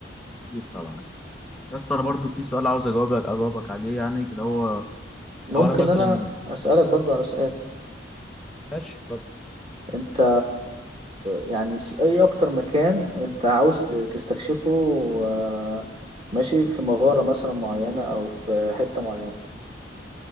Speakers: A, in the centre; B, on the right.
A: أكيد طبعا يا اسطى أنا برضو في سؤال عاوز أجاوبك أجاوبك عليه يعني كده هو
B: ممكن
A: لو أنا مثلا
B: انا اسالك برضو على سؤال
A: ماشي اتفضل.
B: انت يعني في اي اكتر مكان انت عاوز تستكشفه آه، ماشي في مغارة مثلا معينة او في حتة معينة